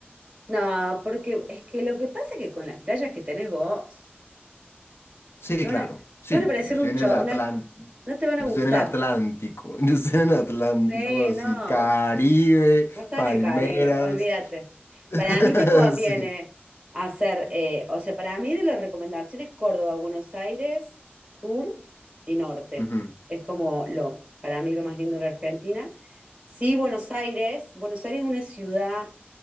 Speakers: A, on the right; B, on the left.
A: no, porque es que lo que pasa es que con las playas que tenés vos,
B: sí,
A: te van
B: claro,
A: a, te
B: sí,
A: van a parecer
B: yo estoy
A: un
B: en
A: cho,
B: el Atlán-
A: unas,
B: yo
A: no te van a gustar.
B: estoy en el Atlántico, <laughs> yo estoy en el Atlántico,
A: Sí,
B: así,
A: no,
B: Caribe,
A: vos, vos estás
B: palmeras.
A: en el Caribe, olvídate.
B: <laughs>
A: Para mí te conviene
B: Sí.
A: hacer, eh, o sea, para mí de las recomendaciones Córdoba, Buenos Aires, sur y norte.
B: Ujú.
A: Es como lo, para mí lo más lindo de la Argentina. Sí, Buenos Aires, Buenos Aires es una ciudad